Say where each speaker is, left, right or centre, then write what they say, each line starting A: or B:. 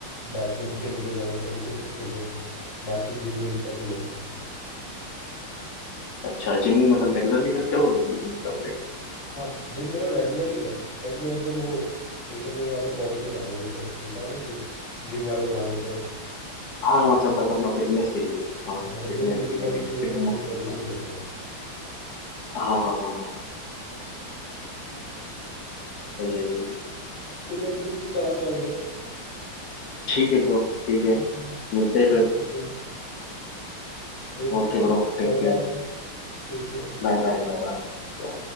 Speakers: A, on the left; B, on the left.
A: बैडमिंटन खेलने चले जाऊँ कभी क्रिकेट खेलने बाकी जिम विम कर लेता हूँ।
B: अच्छा जिम मतलब रेगुलरली करते हो कि मतलब लाइक
A: हाँ जिम मेरा रेगुलर ही है बट मैं एकदम वो एकदम वो वाला बॉडी नहीं बना रहा हूँ जैसे होता है ना कि जिम वाले बना देते हैं
B: हाँ मतलब बस अपना फिटनेस के लिए हाँ
A: हाँ बस
B: फिटनेस
A: मेरे को लीन
B: के लिए
A: बॉडी
B: फिट
A: चाहिए तो मैं
B: होना
A: लीन
B: चाहिए
A: बॉडी के लिए करता हूँ
B: हाँ हाँ हाँ हाँ हाँ, सही है सही है
A: चलो अभी तो मुझे काम आ गया है
B: ठीक है ब्रो ठीक
A: हाँ
B: है
A: हाँ हाँ,
B: मिलते हैं
A: बात
B: फिर
A: करते हैं Okay
B: Okay bro take
A: Bye
B: care
A: bye Take care
B: Bye bye bye bye